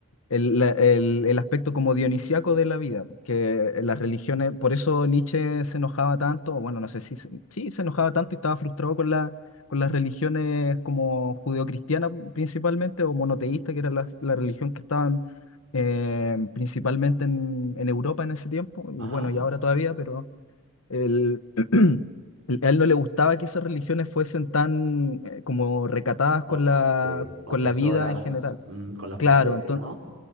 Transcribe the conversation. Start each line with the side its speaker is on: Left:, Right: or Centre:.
Left: el, la- el- el aspecto como dionisiaco de la vida, que las religiones, por eso Nietzsche se enojaba tanto, o bueno, no sé si, se- sí, se enojaba tanto y estaba frustrado con, la, con las religiones como judeocristiana principalmente o monoteísta, que era la, la religión que estaba eh, principalmente en, en Europa en ese tiempo, y
Right: Ajá.
Left: bueno, y ahora todavía, pero el- <clears throat> el- a él no le gustaba que esas religiones fuesen tan eh, como recatadas
Right: O-
Left: con la,
Right: sí. Opresoras,
Left: con la vida en general.
Right: mm, con los
Left: Claro,
Right: placeres,
Left: entonces,
Right: ¿no?